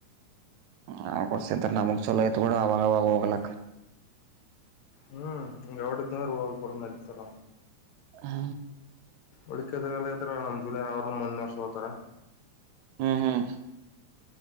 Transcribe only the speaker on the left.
ಹ್ಮ್ ಎಡ ಇದ್ದ ಹೂ ಹಾಗ ಬರೋ ತರ
ಉಳಿಕದ್ರಲ್ಲ ಅದ್ರ ನಮ ಜೂನಿಯರ್ ಅವರು ಮುಂದ ವರ್ಸ ಹೋತಾರ